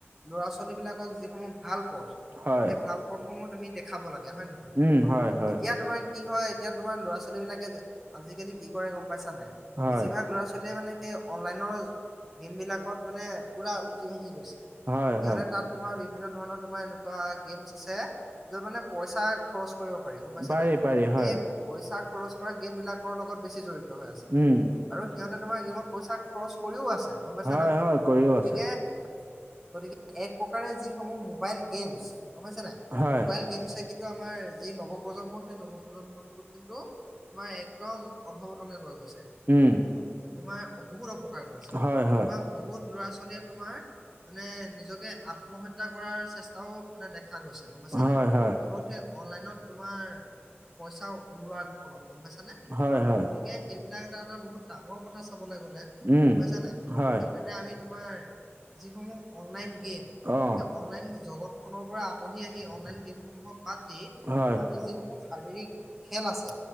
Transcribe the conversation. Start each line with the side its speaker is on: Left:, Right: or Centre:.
Centre: ল'ৰা-ছোৱালীবিলাকক যিসমূহ ভাল পথ
Right: হয়,
Centre: সেই ভাল পথ সমূহ তুমি দেখাব লাগে হয় নহয়
Right: উম, হয়, হয়,
Centre: এতিয়া তোমাৰ কি হয় এতিয়া তোমাৰ ল'ৰা-ছোৱালীবিলাকে যে আজিকালি কি কৰে গম পাইছা নাই
Right: হয়,
Centre: বেছিভাগ ল'ৰা-ছোৱালীয়ে মানে সেই অনলাইনৰ গেমবিলাকত মানে পূৰা উটি-ভাহি গৈছে
Right: হয়,
Centre: সিহঁতে
Right: হয়,
Centre: তাত তোমাৰ বিভিন্ন ধৰণৰ তোমাৰ এনেকুৱা গেমছ আছে য'ত মানে পইচা খৰচ কৰিব পাৰি গম পাইছা
Right: পাৰি,
Centre: নাই
Right: পাৰি, হয়,
Centre: সেই পইচা খৰচ কৰা গেমবিলাকৰ লগত বেছি জড়িত হৈ আছে
Right: উম,
Centre: আৰু সিহঁতে তোমাৰ গেমত পইচা খৰচ কৰিও আছে গম পাইছা
Right: হয়,
Centre: নাই
Right: হয়, কৰিও
Centre: গতিকে
Right: আছে,
Centre: গতিকে এক প্ৰকাৰে যিসমূহ মোবাইল গেমছ গম পাইছা নাই
Right: হয়,
Centre: মোবাইল গেমছে কিন্তু আমাৰ যি নৱ প্ৰজন্ম সেই নৱ প্ৰজন্মটোক কিন্তু তোমাৰ একদম অধ্বপতনে লৈ গৈছে।
Right: উম,
Centre: তোমাৰ বহুত অপকাৰ কৰিছে
Right: হয়,
Centre: তোমাৰ
Right: হয়,
Centre: বহুত ল'ৰা-ছোৱালীয়ে তোমাৰ মানে নিজকে আত্ম আত্মহত্যা কৰাৰ চেষ্টাও মানে দেখা গৈছে গমাইছা
Right: হয়,
Centre: নাই
Right: হয়,
Centre: কেৱল সেই অনলাইনত তোমাৰ পইচা উৰুৱাৰ ফলত গম পাইছানে
Right: হয়, হয়,
Centre: গতিকে সেইবিলাক এটা এটা বহুত ডাঙৰ কথা চাবলে গ'লে
Right: উম,
Centre: গম পাইছা নাই
Right: হয়,
Centre: সেইকাৰণে আমি তোমাৰ যিসমূহ অনলাইন গেম
Right: অহ,
Centre: সেই অনলাইন জগত খনৰ পৰা আঁতহি আহি অনলাইন গেমসমূহক বাদ দি
Right: হয়,
Centre: আমি যিসমূহ শাৰীৰিক খেল আছে